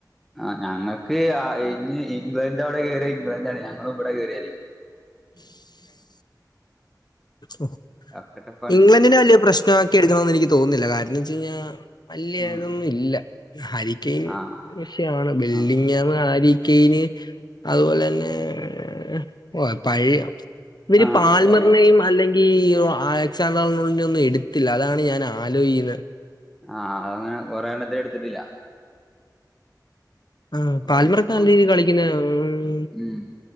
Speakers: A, in the centre; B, on the left (about 70°).
A: ആ ഞങ്ങക്ക് ആ ഇഞ്ഞ് ഇംഗ്ലണ്ട് അവ്ടെ കേറ്യാ ഇംഗ്ലണ്ടാണ് ഞങ്ങള് ഇവ്ടെ കേറ്യാല്.
B: <inaudible> ഹോ
A: ഒക്കെ ടഫാണ്
B: ഇംഗ്ലണ്ടിനെ വല്ല്യ പ്രശ്നമാക്കി എട്ക്കണോ എന്ന് എനിക്ക് തോന്നുന്നില്ല കാരണം എന്ന് വെച്ച് കയ്ഞ്ഞാൽ വല്ല്യ
A: ഉം
B: ഇതൊന്നും ഇല്ല ഹരിക്കേം ഉം.
A: ആഹ്
B: വിശയാണ് ബിൽഡിംഗ്
A: ആഹ്
B: <unintelligible> ആരിക്കൈന്, അതുപോലെ അന്നെ ഏ കൊ പഴേ ഇവര്
A: ആഹ്
B: പാൽമർറൈമ
A: അപ്പൊ അങ്ങനെ
B: ങ്കി ഒ അലക്സാണ്ടറി ഒന്നും എട്ത്തില്ല അതാണ് ഞാൻ ആലോയ്ക്ക്യുന്നെ.
A: ആഹ് അത് ഞാ കൊറെ എണ്ണത്തിനെ എട്ത്തിട്ടില്ല.
B: ആ പാൽമറക്ക്
A: ഓരിപ്പം
B: നല്ല രീതി കളിക്കിന്ന <unintelligible>
A: ഉം